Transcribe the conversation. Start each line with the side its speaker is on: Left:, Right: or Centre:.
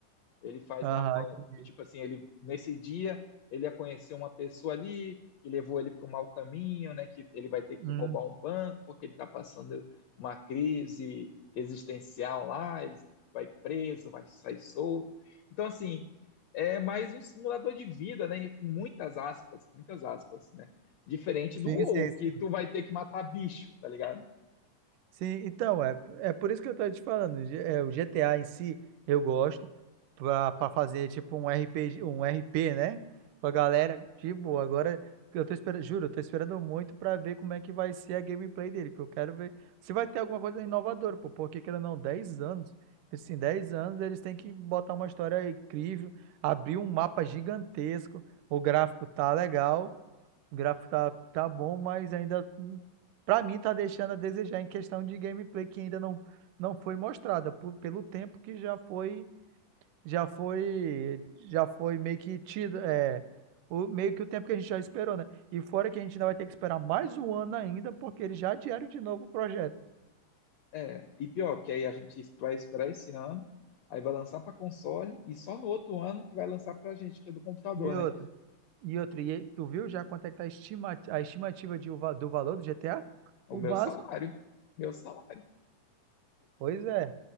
Left: Ele faz
Right: Aham,
Left: lá, um-
Right: entendi.
Left: tipo assim, ele nesse dia ele ia conhecer uma pessoa ali que levou ele para o mau caminho, né? Que ele vai ter que
Right: Hum,
Left: roubar um banco porque ele está passando uma crise existencial lá. Ele vai preso, vai sair solto. Então assim, é mais um simulador de vida, né? Com muitas aspas, muitas aspas, né? Diferente
Right: sim,
Left: do WoW,
Right: sim, sim.
Left: que tu vai ter que matar bicho, tá ligado?
Right: Sim, então, é, é por isso que eu tô te falando. G- é, o GTA em si, eu gosto pra, pra fazer tipo um RPG, um RP, né? Com a galera, de boa. Agora, eu tô esperando, juro, eu tô esperando muito pra ver como é que vai ser a gameplay dele, que eu quero ver se vai ter alguma coisa inovadora, pô, porque querendo ou não, 10 anos, assim, 10 anos eles têm que botar uma história incrível, abrir um mapa gigantesco, o gráfico tá legal, o gráfico tá, tá bom, mas ainda Pra mim, tá deixando a desejar em questão de gameplay que ainda não, não foi mostrada, por- pelo tempo que já foi, já foi, já foi meio que tido, é, o, meio que o tempo que a gente já esperou, né? E fora que a gente ainda vai ter que esperar mais um ano ainda, porque eles já adiaram de novo o projeto.
Left: É, e pior, que aí a gente vai esperar esse ano, aí vai lançar para console e só no outro ano que vai lançar para gente, que é do computador,
Right: E
Left: né?
Right: outro, e outro, e tu viu já quanto é que tá a estima, a estimativa de, o va- do valor do GTA?
Left: O
Right: O
Left: meu
Right: básico?
Left: salário, meu salário.
Right: Pois é.